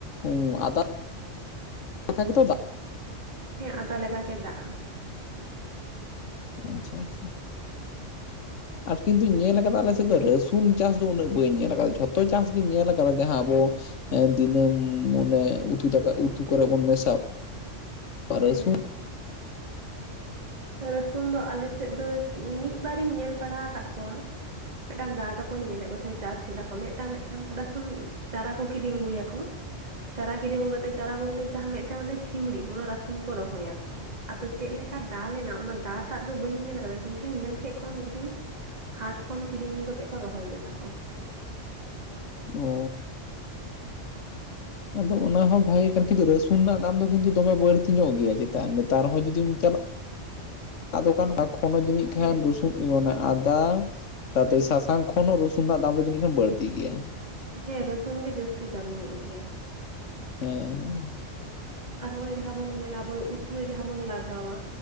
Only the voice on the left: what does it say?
ᱩᱸ ᱟᱫᱟ ᱞᱮᱠᱟ ᱜᱮᱛᱚ ᱫᱟᱜ
ᱟᱪᱪᱷᱟ ᱟᱪᱪᱷᱟ᱾
ᱟᱨ ᱠᱤᱱᱛᱩᱧ ᱧᱮᱞ ᱠᱟᱫᱟ ᱟᱞᱮ ᱥᱮᱫ ᱫᱚ ᱨᱟᱹᱥᱩᱱ ᱪᱟᱥ ᱫᱚ ᱩᱱᱟᱹᱜ ᱵᱟᱹᱧ ᱧᱮᱞ ᱠᱟᱫᱟ᱾ ᱡᱷᱚᱛᱚ ᱪᱟᱥ ᱜᱤᱧ ᱧᱮᱞ ᱠᱟᱫᱟ ᱡᱟᱦᱟᱸ ᱟᱵᱚ ᱮᱸ ᱫᱤᱱᱟᱹᱢ ᱩᱱᱮ ᱩᱛᱩ ᱫᱟᱠᱟ ᱩᱛᱩ ᱠᱚᱨᱮ ᱵᱚᱱ ᱢᱮᱥᱟᱣ ᱯᱟ
ᱨᱟᱹᱥᱩᱱ
ᱚᱻ᱾ ᱟᱫᱚ ᱚᱱᱟ ᱦᱚᱸ ᱵᱷᱟᱜᱮ ᱠᱟᱱ ᱠᱤᱱᱛᱩ ᱨᱟᱹᱥᱩᱱ ᱨᱮᱱᱟᱜ ᱫᱟᱢ ᱫᱚ ᱠᱤᱱᱛᱩ ᱫᱚᱢᱮ ᱵᱟᱹᱲᱛᱤ ᱧᱚᱜ ᱜᱮᱭᱟ ᱪᱮᱛᱟ ᱱᱮᱛᱟᱨ ᱦᱚᱸ ᱡᱩᱫᱤᱢ ᱪᱟᱞᱟᱜ
ᱟᱫᱚ ᱠᱷᱟᱱ <inaudible> ᱠᱷᱚᱱᱚ ᱡᱟᱱᱤᱡ ‌ᱠᱷᱟᱱ
<inaudible> <inaudible> ᱚᱱᱟ ᱟᱫᱟ ᱛᱟᱛᱮᱣ ᱥᱟᱥᱟᱝ ᱠᱷᱚᱱ ᱦᱚᱸ ᱨᱚᱥᱩᱱ ᱨᱮᱱᱟᱜ ᱫᱟᱢ ᱫᱚ ᱡᱟᱹᱱᱤᱡ ᱠᱷᱟᱱ ᱵᱟᱹᱲᱛᱤ ᱜᱮᱭᱟ᱾
ᱦᱮᱸ᱾